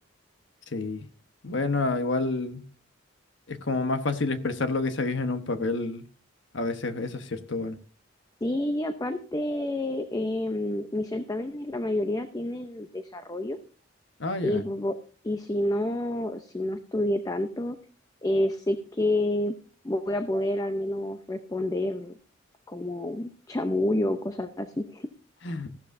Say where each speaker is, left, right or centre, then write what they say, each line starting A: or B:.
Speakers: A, on the left; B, on the left.
A: <laughs> Sí. Bueno, igual. Es como más fácil expresar lo que sabéis en un papel. A veces, eso es cierto, bueno.
B: Sí, y aparte, eh, mis certámenes la mayoría tienen desarrollo
A: Ah,
B: y,
A: ya.
B: vo- y si no, si no estudié tanto, eh, sé que voy a poder al menos responder como chamullo o cosas así.
A: <laughs>